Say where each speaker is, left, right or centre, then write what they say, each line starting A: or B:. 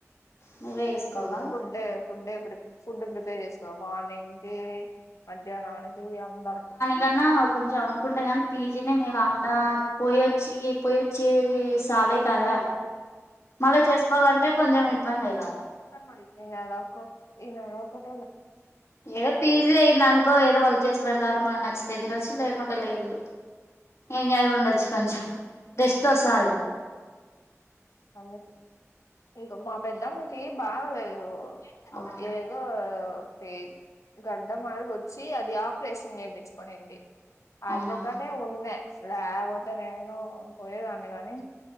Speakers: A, on the left; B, on the left.
A: నువ్వే ఏసుకోవాలా
B: ఫుడ్ ఏ ఫుడ్ ఏ ప్రి ఫుడ్ ప్రిపేర్ చేస్ కు మార్నికి మధ్యాహ్నానికి అందరకు
A: కన్నా కొంచెం అనుకుంటే నీ పీజీ న మీ అ పోయి యోచ్చి పోయి యోచ్చి సాల కదా
B: ఆ
A: మళ్ళా చేసుకోవాలంటే కొంచెం ఇబ్బంది అయితాంది
B: ార్ మ ఇ నళక ఇ నళ ఆకతల
A: ఏదో పీజీ అయి్యంది అనుకో ఏదో వాళ్ళు చేసి పెడతారో మకు నచ్చితే తినొచ్చు లేకుంటడా లేదు ఎంజాయ్ ఉండొచ్చు కొంచెం రెస్ట్ అస్తాది
B: అందుకే ఇంకో మా పెద్దమ్మకి బాగలేదు
A: ఆ
B: ఏ దో ఒకటి గడ్డ మార్గొచ్చి అది ఆపరేషన్ చేపించుకొనింది అదిలతోటే
A: అవునా
B: ఉండే లేపోతే నేను పోయేదాన్ని కానీ